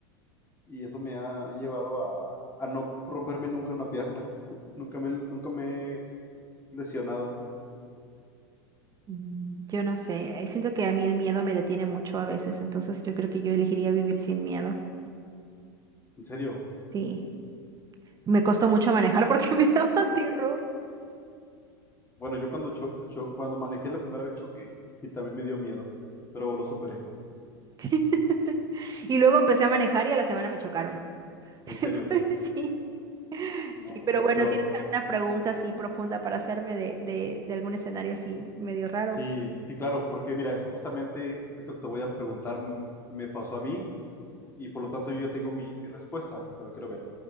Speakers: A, on the left; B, on the right.
A: Y eso me ha llevado a, a no romperme nunca una pierna. <laughs> Nunca me, nunca me he lesionado.
B: Mm, Yo no sé, eh, siento que a mí el miedo me detiene mucho a veces, entonces yo creo que yo elegiría vivir sin miedo.
A: En serio.
B: Sí, me costó mucho manejar porque <laughs> me daba terror.
A: Bueno, yo cuando, cho- cho- cuando manejé la primera vez choqué y también me dio miedo, pero lo superé.
B: <laughs> Y luego empecé a manejar y a la semana me chocaron. <laughs>
A: En serio.
B: Pues sí,
A: No,
B: sí,
A: pues
B: pero bueno,
A: peor.
B: ¿tienes alguna pregunta así profunda para hacerme de, de, de algún escenario así medio
A: Sí,
B: raro?
A: sí, claro, porque mira, esto justamente, esto que te voy a preguntar mm, me pasó a mí y por lo tanto yo ya tengo mi, mi respuesta, pero quiero ver.